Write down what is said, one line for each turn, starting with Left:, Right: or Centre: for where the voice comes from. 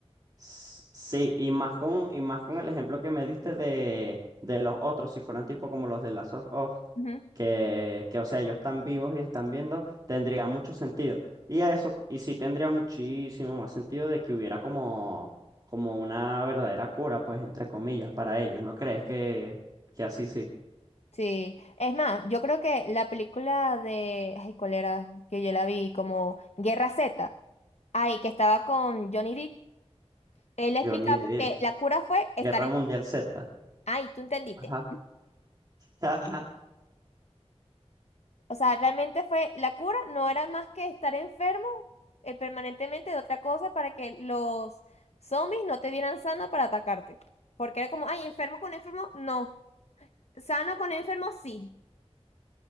Right: S- Sí, y más con, y más con el ejemplo que me diste de, de los otros, si fueran tipo como los de Last of Us,
Left: Ujú.
Right: que, que, o sea, ellos están vivos y están viendo, tendría mucho sentido. Y eso, y sí tendría muchísimo más sentido de que hubiera como, como una verdadera cura, pues, entre comillas, para ellos. ¿No crees que, que así sí?
Left: Sí, es más, yo creo que la película de, ay, ¿cuál era? Que yo la vi como Guerra Z, ay, que estaba con Johnny Depp, él explicaba
Right: Johnny Depp,
Left: que la cura fue estar
Right: Guerra
Left: en...
Right: Mundial Z.
Left: Ay, tú entendiste.
Right: Ajá. <laughs>
Left: O sea, realmente fue, la cura no era más que estar enfermo eh, permanentemente de otra cosa para que los zombies no te vieran sano para atacarte. Porque era como, ay, enfermo con enfermo, no. Sano con enfermo, sí.